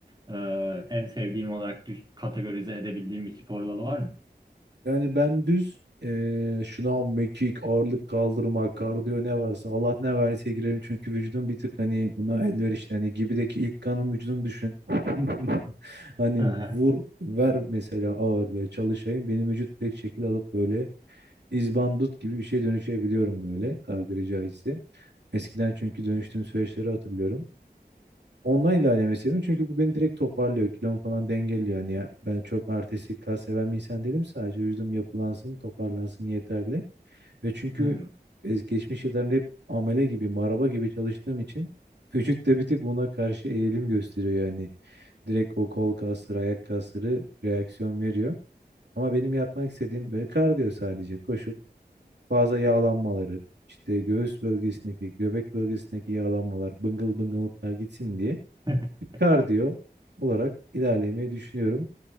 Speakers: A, on the right; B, on the right.
A: e, en sevdiğim olarak düş- kategorize edebildiğim bir spor dalı var mı?
B: Yani ben düz eee şınav, mekik, ağırlık kaldırma, kardiyo ne varsa Allah ne verdiyse girerim. Çünkü vücudum bir tık hani buna elverişli. Hani gibideki ilk kanım vücudum düşün. <laughs> Hani
A: <laughs>
B: vur ver mesela ağır böyle çalışayım. Benim vücut direkt şekil alıp böyle izbandut gibi bir şey dönüşebiliyorum böyle tabiri caizse. Eskiden çünkü dönüştüğüm süreçleri hatırlıyorum. Ondan ilerlemeyi seviyorum. Çünkü bu beni direkt toparlıyor. Kilomu falan dengeliyor. yani ya, ben çok artistik kas seven bir insan değilim. Sadece vücudum yapılansın, toparlansın yeterli. Ve çünkü
A: Hı hı.
B: es- geçmiş yıllarında hep amele gibi, maraba gibi çalıştığım için <laughs> vücut da bir tık buna karşı eğilim gösteriyor yani. Direkt o kol kasları, ayak kasları reaksiyon veriyor. Ama benim yapmak istediğim böyle kardiyo sadece. Koşup fazla yağlanmaları, işte göğüs bölgesindeki, göbek bölgesindeki yağlanmalar, bıngıl bıngılıklar gitsin diye
A: <laughs>
B: bir kardiyo olarak ilerlemeyi düşünüyorum.